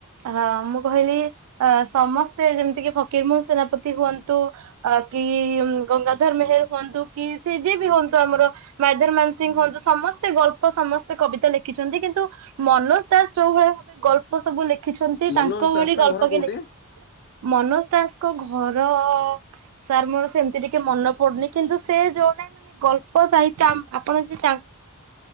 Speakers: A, on the right; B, on the left.
A: ହଁ ମୁଁ କହିଲି ଅ ସମସ୍ତେ ଯେମିତି କି ଫକୀରମୋହନ ସେନାପତି ହୁଅନ୍ତୁ ଅ କି ଗଙ୍ଗା ଧର ମେହେର ହୁଅନ୍ତୁ କି ସେ ଯିଏ ବି ହୁଅନ୍ତୁ, ଆମର ମାୟାଧର ମାନ ସିଂହ ହୁଅନ୍ତୁ ସମସ୍ତେ ଗଳ୍ପ ସମସ୍ତେ କବିତା ଲେଖିଛନ୍ତି। କିନ୍ତୁ ମନୋଜ ଦାସ ଯଉଭଳିଆ ଗଳ୍ପ ସବୁ ଲେଖିଛନ୍ତି। ତାଙ୍କ
B: ମନୋଜ
A: ଭଳି
B: ଦାସ
A: ଗଳ୍ପ
B: ଘର
A: କି
B: କୋଉଠି?
A: ଲେଖି ମନୋଜ ଦାସଙ୍କ ଘର ସାର୍, ମୋର ସେମିତି ଟିକେ ମନେ ପଡୁନି। କିନ୍ତୁ ସେ ଜଣେ ମାନେ ଗ ଆପ ସାହିତ୍ୟ ଆ-ଆପଣ ଯଦି ତା